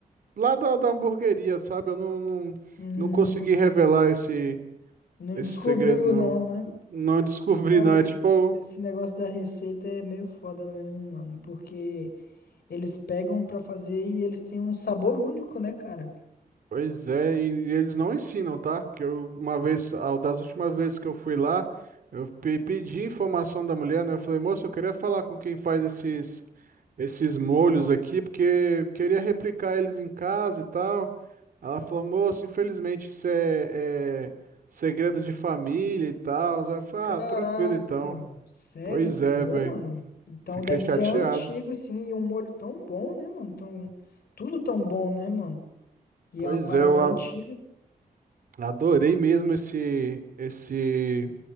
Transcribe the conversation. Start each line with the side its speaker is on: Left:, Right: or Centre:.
Right: lá da, da hamburgueria, sabe? Eu não, não,
Left: Hum,
Right: não consegui revelar esse,
Left: não
Right: esse
Left: descobriu
Right: segredo, não.
Left: não, né?
Right: Não descobri,
Left: Cara,
Right: não.
Left: esse,
Right: É tipo,
Left: esse negócio da receita é meio foda mesmo, mano. Porque eles pegam pra fazer e eles têm um sabor único, né, cara?
Right: pois é, e, e eles não ensinam, tá? Que eu, uma vez, a- das últimas vezes que eu fui lá, eu pe- pedi informação da mulher, né? Eu falei, moça, eu queria falar com quem faz esses. esses molhos aqui, porque eu queria replicar eles em casa e tal. Ela falou, moço, infelizmente isso é, é segredo de família e tal. Aí Eu falei,
Left: Caraca,
Right: ah, tranquilo então.
Left: sério?
Right: Pois é,
Left: Pô,
Right: velho.
Left: mano. Então
Right: Fiquei
Left: deve
Right: chateado.
Left: ser antigo, assim, e um molho tão bom, né, mano? Tão, tudo tão bom, né, mano? E
Right: Pois
Left: é uma parada
Right: é, eu
Left: antiga.
Right: a- adorei mesmo esse, esse,